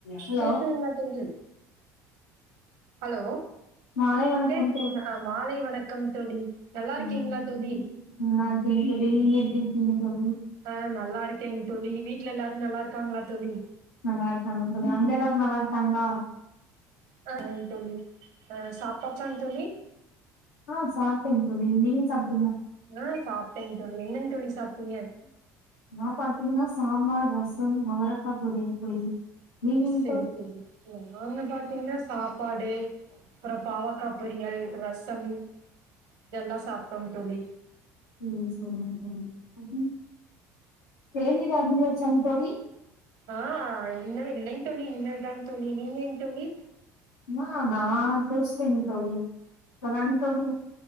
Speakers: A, on the left; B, on the right.
A: Hello
B: கேக்குதுங்களா தோழி hello
A: மாலை வணக்கம்
B: கேக்குதுங்களா மாலை வணக் கம் தோழி நல்லா இருக்கீங்களா
A: ஆ
B: தோழி
A: நல்லாருக்கேங் தோழி நீங்க எப்டி நீங்க
B: ஆ நல்லா இருக்கேங் தோழி வீட்ல எல்லாரும் நல்லா இருக்காங்களா தோழி
A: நல்லாருக்காங்க தோழி அங்க எல்லாரும் க்காங்ளா
B: ஆ தோழி ஆ சாப்ட்டாச்சாங் தோழி
A: ஆ சா சாப்டேங் தோழிநீங்க சாப்ட்
B: ஆ சாப்பிட்டேன்ங்க தோழி என்னங் தோழி சாப்ட்டீங்க
A: நா பாத்தீங்கன்னா சாம்பார் ரசம் அவரக்காய் பொறியல் தோழி நீங்கங்க
B: ஸ் செரி
A: தோழி
B: செரி நாங்க பாத்தீங்கன்னா சாப் சப்பாடு அப்புறோ பாவக்கா பொரியல் ரசம் இதெல்லா சாப்பிட்டோங்க தோழி
A: உம் சேரிங்க தோழி <unintelligible> தேனீர் அறிந்தியாச்சாங்க தோழி
B: ஆ இல்லே இல்லெங் தோளி இனிமேல் தாங்க தோளி நீங்கங் தோளி
A: ஆ நா <unintelligible> <unintelligible> தோழி